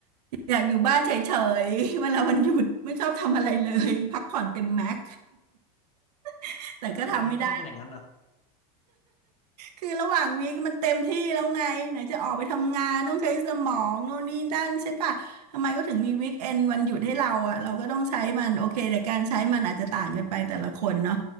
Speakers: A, on the right; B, on the left.
A: อยากอยู่บ้านเฉยๆเวลาวันหยุดไม่ชอบทำอะไรเลยพักผ่อนเต็มแม็ก <laughs> แต่ก็ทำไม่ได้
B: เออทำไมทำไมเป็นอย่างนั้นนะ
A: คือระหว่างวีคมันเต็มที่แล้วไงไหนจะออกไปทำงานต้องใช้สมองโน่นนี่นั่นใช่ปะทำไมก็ถึงมีวีคเอนด์วันหยุดให้เราอ่ะเราก็ต้องใช้มันโอเคแต่การใช้มันอาจจะต่างกันไปแต่ละคนเนาะ